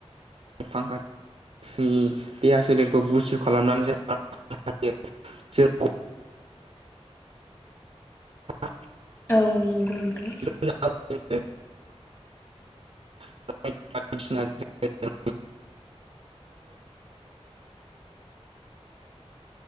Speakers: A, on the right; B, on the left.
A: फांखानि देहा सोलेरखौ गुसु खालामनानै जायो <unintelligible> <unintelligible>
B: औ नंगौ नोंथां
A: जों <unintelligible>